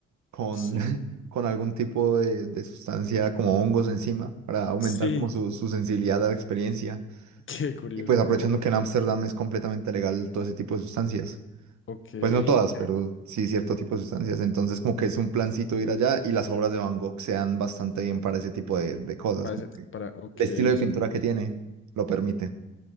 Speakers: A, on the right (about 70°); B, on the left (about 40°).
A: con,
B: sí.
A: <laughs> con algún tipo de, de sustancia como hongos encima para aumentar
B: Sí,
A: como su, su sensibilidad a la experiencia.
B: <laughs> qué curioso.
A: Y pues aprovechando que en Ámsterdam es completamente legal todo ese tipo de sustancias.
B: Ok, que
A: Pues no todas, pero sí cierto tipo de sustancias. Entonces, como que es un plancito ir allá y las obras de Van Gogh se dan bastante bien para ese tipo de, de cosas.
B: parece-
A: Como que
B: para, ok,
A: el estilo de
B: son,
A: pintura que tiene lo permite.